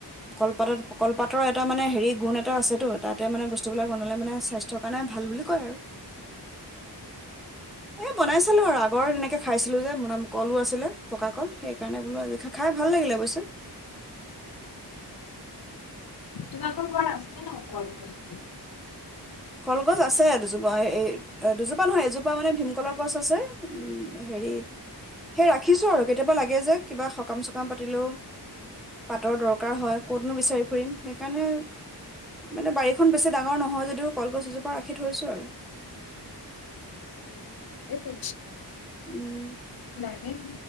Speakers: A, in the centre; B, on the left.
A: কলপাতত, কলপাতৰ এটা মানে হেৰি, গুণ এটা আছেটো। তাতে মানে বস্তুবিলাক বনালে মানে স্বাস্থ্যৰ কাৰণে ভাল বুলি কয় আৰু। এ, বনাই চালো আৰু আগৰ তেনেকে খাইছিলো যে, মন, কলো আছিলে, পকা কল। সেইকাৰণে বোলো আজি খা-খাই ভাল লাগিলে অৱশ্যে।
B: তোমাৰলোকৰ ঘৰত আছে ন, কলগছ?
A: কলগছ আছে দুজোপা। এ, এ দুজোপা নহয়, এজোপা মানে ভীমকলৰ গছ আছে, উম, হেৰি সেই ৰাখিছো আৰু কেতিয়াবা লাগে যে, কিবা সকাম চকাম পাতিলেও, পাতৰ দৰকাৰ হয়, ক'তনো বিচাৰি ফুৰিম। সেইকাৰণে, মানে বাৰীখন বেছি ডাঙৰ নহয় যদিও কলগছ এজোপা ৰাখি থৈছো আৰু।
B: এক ইনশ
A: উহ
B: তাকেই